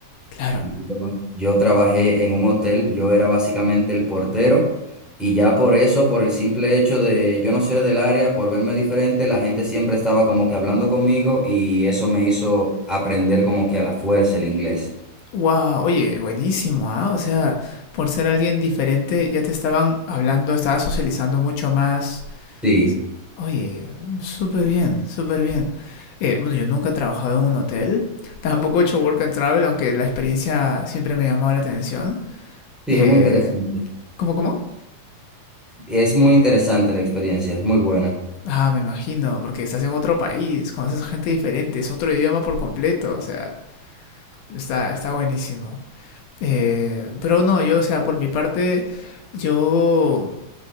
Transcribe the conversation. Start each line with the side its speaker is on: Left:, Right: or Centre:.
Left: claro.
Centre: Yo, yo trabajé en un hotel, yo era básicamente el portero y ya por eso, por el simple hecho de yo no ser del área, por verme diferente, la gente siempre estaba como que hablando conmigo y eso me hizo aprender como que a la fuerza el inglés.
Left: Wow, oye, buenísimo, ¿ah? O sea, por ser alguien diferente, ya te estaban hablando, estabas socializando mucho más
Centre: Sí,
Left: Oye, mm, súper bien, súper bien. Eh, bueno, yo nunca he trabajado en un hotel, <laughs> tampoco he hecho work and travel, aunque la experiencia siempre me ha llamado la atención.
Centre: sí,
Left: Eh,
Centre: es muy interesante.
Left: ¿cómo, cómo?
Centre: Es muy interesante la experiencia, es muy buena.
Left: Ah, me imagino, porque estás en otro país, conoces gente diferente, es otro idioma por completo, o sea, está, está buenísimo. Eh, pero no, yo, o sea, por mi parte, yo,